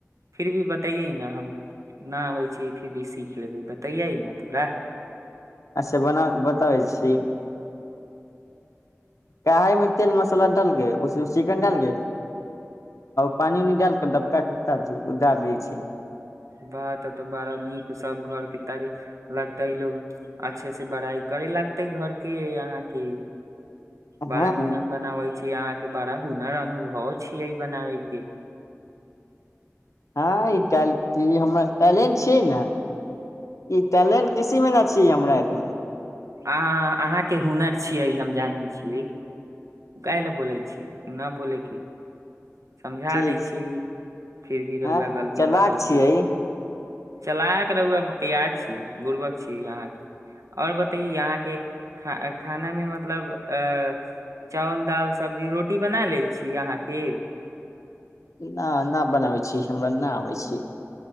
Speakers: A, on the right (about 80°); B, on the left (about 75°).
A: फिर भी बतैयै ने हम ना आबै छी फिर भी सीख लेबै बतैयै ने थोड़ा
B: अच्छा बना बताबै छी कढ़ाई में तेल मसाला डालके उस उस चिकन डालके पानि उनी डालके डबका के उतार दै छियै
A: बात तऽ बड़ा नीक सब घरके तऽ लगतै लोग अच्छे से बड़ाइ करे लगतै घरके अहाँके बड़ा
B: हँ
A: निमन बनाबै छियै अहाँके बड़ा हुनर अनुभव छियै बनाबै के
B: ह ई हम टैलेंट छियै ने ई टलेंट किसी मे ना छियै हमरा एतना
A: अ अहाँके हुनर छियै हम जानै छियै काह लए बोलै छियै नहि बोलैके समझा
B: ठीक
A: दै
B: छै
A: छी फिर भी रौआ
B: हँ
A: गलती
B: चलाक
A: करै
B: छियै
A: छी चलाक रहुआ प्याज छी बुर्बक छी अहाँके आओर बताइ अहाँके खाना खानामे मतलब अ चावल दाल सब्जी रोटी बनालै छी अहाँके
B: न न बनाबै छी हमरा न आबै छै